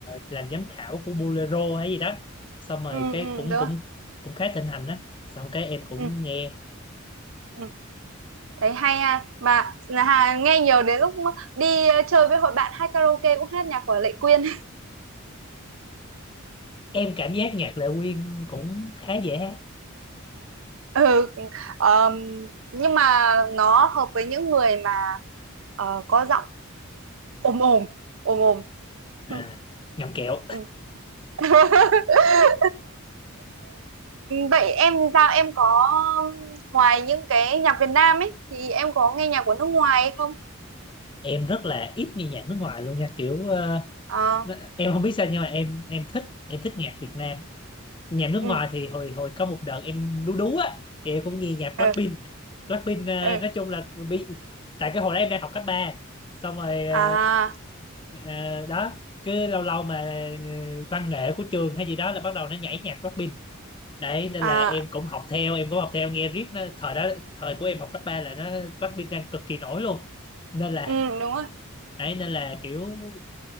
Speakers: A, on the left (about 25°); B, on the right (about 65°).
A: làm giám khảo của Bolero hay gì đó xong rồi
B: ừ,
A: cái
B: ừ,
A: cũng
B: đúng rồi.
A: cũng cũng khá thịnh hành đó xong cái em cũng
B: Ừ,
A: nghe
B: ừ. Thấy hay ha. Mà là Hà nghe nhiều đến lúc đi ờ, chơi với hội bạn hát karaoke cũng hát nhạc của Lệ Quyên. <laughs>
A: em cảm giác nhạc Lệ Quyên cũng khá dễ hát
B: Ừ, ờm, nhưng mà nó hợp với những người Ờ, có giọng ồm ồm, ồm ồm.
A: à,
B: Ừ,
A: ngậm kẹo
B: ừ. <laughs> Vậy em thì sao? Em có ngoài những cái nhạc Việt Nam ấy thì em có nghe nhạc của nước ngoài hay không?
A: em rất là ít nghe nhạc nước ngoài luôn nha kiểu ờ,
B: Ờ,
A: nó- em không biết sao nhưng mà em em thích em thích nhạc Việt Nam nhạc nước
B: ừ,
A: ngoài thì hồi hồi có một đợt em đú đú á thì em cũng nghe nhạc
B: ừ,
A: Blackpink Blackpink ờ,
B: ừ.
A: nói chung là bị tại cái hồi đó em đang học cấp ba xong rồi ờ,
B: À,
A: ờ, đó cứ lâu lâu mà ờ, văn nghệ của trường hay gì đó là bắt đầu nó nhảy nhạc Blackpink đấy nên
B: à,
A: là em cũng học theo em cũng học theo nghe riết nó, thời đó thời của em học cấp 3 là nó Blackpink đang cực kỳ nổi luôn nên là
B: ừ, đúng rồi.
A: đấy nên là kiểu